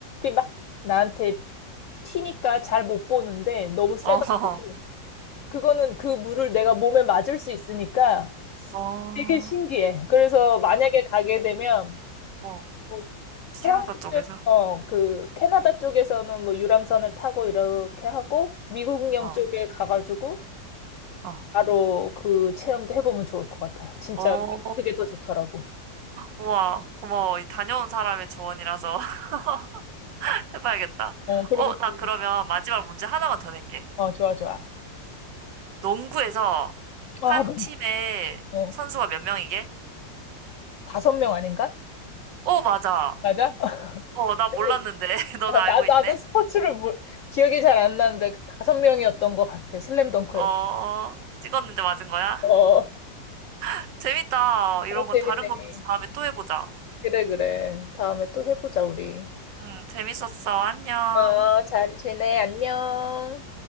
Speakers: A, on the left; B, on the right.
A: 막 나한테 튀니까 잘 못 보는데 너무 세가지고
B: 어, <laughs>
A: 그거는 그 물을 내가 몸에 맞을 수 있으니까
B: 어,
A: 되게 신기해. 그래서 만약에 가게 되면
B: 어.
A: 뭐
B: 캐나다
A: 프랑스
B: 쪽에서?
A: 쪽, 어, 그 캐나다 쪽에서는 뭐 유람선을 타고 이렇게 하고 미국령
B: 어,
A: 쪽에 가가지고
B: 어.
A: 바로 그 체험도 해보면 좋을 것 같아. 진짜
B: 어,
A: 그게 더 좋더라고.
B: 우와, 고마워. 이 다녀온 사람의 조언이라서 <laughs> 해봐야겠다.
A: 어, 그리고
B: 어, 나
A: 또-
B: 그러면 마지막 문제 하나만 더 낼게.
A: 어, 좋아, 좋아.
B: 농구에서
A: 아,
B: 한
A: 너무
B: 팀에
A: 어,
B: 선수가 몇 명이게?
A: 다섯 명 아닌가?
B: 어, 맞아.
A: 맞아? <laughs>
B: 어, 나 몰랐는데. <laughs> 너는
A: 아,
B: 알고
A: 나, 나도
B: 있네?
A: 스포츠를 몰, 기억이 잘 안 나는데 그 다섯 명이었던 것 같아. 슬램덩크에서.
B: 어, 찍었는데 맞은 거야?
A: 어,
B: <laughs> 재밌다. 이런
A: 어,
B: 거
A: 재밌네.
B: 다른 거 퀴즈 다음에 또 해보자.
A: 그래, 그래. 다음에 또 해보자, 우리.
B: 응, 재밌었어. 안녕.
A: 어, 잘 지내. 안녕.